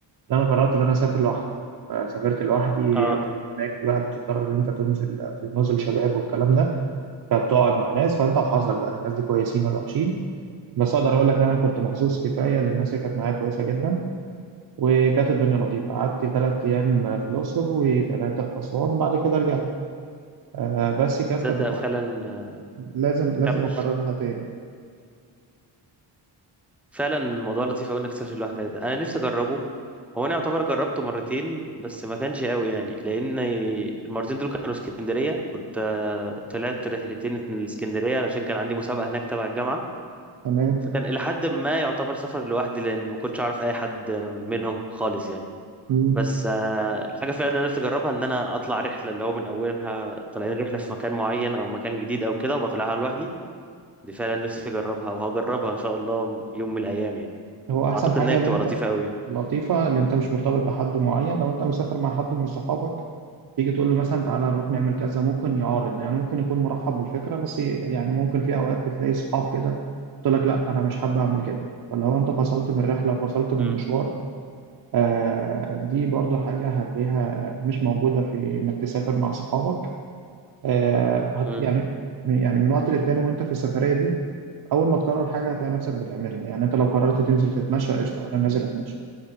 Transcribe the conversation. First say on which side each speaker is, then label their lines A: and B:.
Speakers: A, on the right; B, in the centre.
A: ان انا قررت ان انا اسافر لوحدي فسافرت لوحدي
B: اه
A: هناك بقى بتضطر ان انت تنزل في نزل شباب والكلام ده فبتقعد مع ناس فانت وحظك بقى الناس دي كويسين ولا وحشين بس اقدر اقول لك ان انا كنت محظوظ كفايه لان الناس اللي كانت معايا كويسه جدا وكانت الدنيا لطيفه قعدت ثلاث ايام في الاقصر وثلاثه في اسوان بعد كده رجعت آه بس كانت
B: تصدق
A: تجربه
B: فعلا آه،
A: لازم لازم
B: كمل
A: اكررها تاني
B: فعلا الموضوع لطيف قوي انك تسافر لوحدك ده انا نفسي اجربه هو انا يعتبر جربته مرتين بس ما كانش قوي يعني لان المرتين دول كانوا اسكندريه كنت آه، طلعت رحلتين من الاسكندريه علشان كان عندي مسابقه هناك تبع الجامعه
A: تمام
B: فكان الى حد ما يعتبر سفر لوحدي لان ما كنتش اعرف اي حد منهم خالص يعني
A: مم.
B: بس آه، الحاجه فعلا اللي انا نفسي اجربها ان انا اطلع رحله اللي هو من اولها طالعين رحله في مكان معين او مكان جديد او كده وبطلعها لوحدي دي فعلا نفسي اجربها وهجربها ان شاء الله يوم من الايام يعني
A: هو احسن
B: اعتقد
A: حاجه
B: ان هي
A: ان
B: بتبقى
A: انت
B: لطيفه قوي
A: لطيفه ان انت مش مرتبط بحد معين لو انت مسافر مع حد من صحابك تيجي تقول له مثلا تعالى نروح نعمل كذا ممكن يعارض يعني ممكن يكون مرحب بالفكره بس يعني ممكن في اوقات بتلاقي صحاب كده تقول لك لا انا مش حابب اعمل كده فلو انت فصلت من الرحله وفصلت من
B: مم.
A: المشوار آه، دي برضو حاجة هتلاقيها مش موجودة في إنك تسافر مع صحابك آه، هت
B: مم.
A: يعني يعني من وقت للتاني وأنت في السفرية دي أول ما تقرر حاجة هتلاقي نفسك بتعملها يعني أنت لو قررت تنزل تتمشى قشطة أنا نازل أتمشى